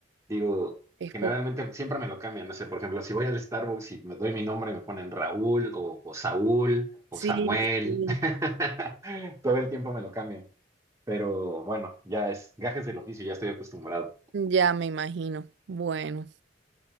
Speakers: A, on the right; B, on the right.
A: Digo,
B: Es
A: generalmente
B: poco.
A: siempre me lo cambian, no sé, por ejemplo, si voy al Starbucks y me doy mi nombre, me ponen Raúl o, o Saúl o
B: Sí,
A: Samuel.
B: sí.
A: <laughs> Todo el tiempo me lo cambian, pero bueno, ya es gajes del oficio, ya estoy acostumbrado.
B: Ya me imagino. Bueno.